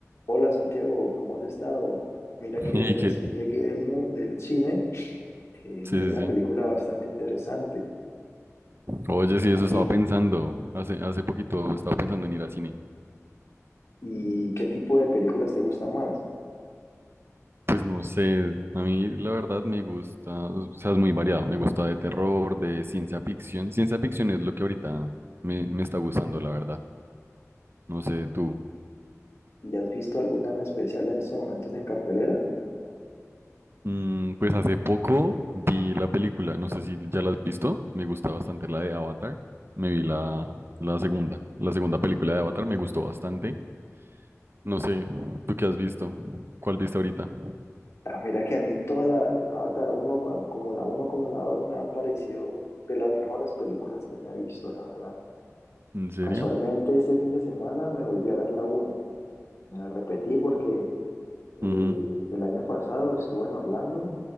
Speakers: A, on the left; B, on the right.
A: Hola Santiago, ¿cómo has estado? Mira que
B: Y
A: recién
B: que,
A: llegué del, mu- del cine, eh,
B: sí,
A: me vi una
B: sí, sí.
A: película bastante interesante.
B: Oye, sí, eso
A: ¿A
B: estaba
A: ti?
B: pensando. Hace, hace poquito estaba pensando en ir al cine.
A: ¿Y qué tipo de películas te gustan más?
B: Pues no sé, a mí la verdad me gusta, o sea, es muy variado. Me gusta de terror, de ciencia ficción. Ciencia ficción es lo que ahorita me, me está gustando, la verdad. No sé, tú.
A: ¿Y has visto alguna en especial en estos momentos en cartelera?
B: Mm, pues hace poco vi la película, no sé si ya la has visto. Me gusta bastante la de Avatar. Me vi la, la segunda, la segunda película de Avatar, me gustó bastante. No sé, ¿tú qué has visto? ¿Cuál viste ahorita?
A: Ah, mira que a mí toda la, la Avatar uno cuan- como la uno como la 2 me han parecido de las mejores películas que me he visto, la verdad.
B: ¿En serio?
A: Casualmente este fin de semana me volví a ver la uno, Me la repetí porque eh,
B: Ujú.
A: el año pasado estuve en Orlando,